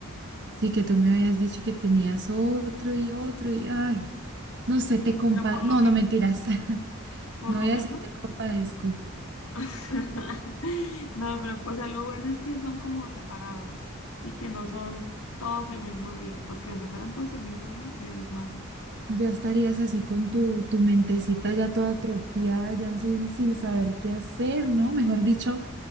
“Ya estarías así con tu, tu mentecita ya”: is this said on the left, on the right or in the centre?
Right